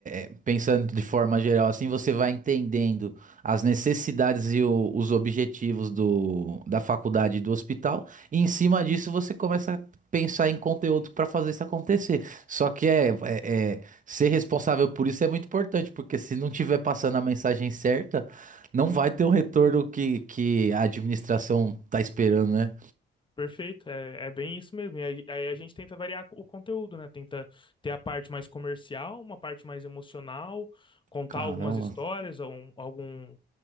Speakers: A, on the right; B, on the left.
A: é, pensando de forma geral, assim, você vai entendendo as necessidades e o- os objetivos do, da faculdade e do hospital, e em cima disso você começa a pensar em conteúdo para fazer isso acontecer. Só que é, é- é, ser responsável por isso é muito importante, porque se não tiver passando a mensagem certa, não vai ter o retorno que, que a administração tá esperando, né?
B: Perfeito, é, é bem isso mesmo. E aí, aí a gente tenta variar o conteúdo, né? Tenta ter a parte mais comercial, uma parte mais emocional, contar
A: Caramba.
B: algumas histórias, algum, algum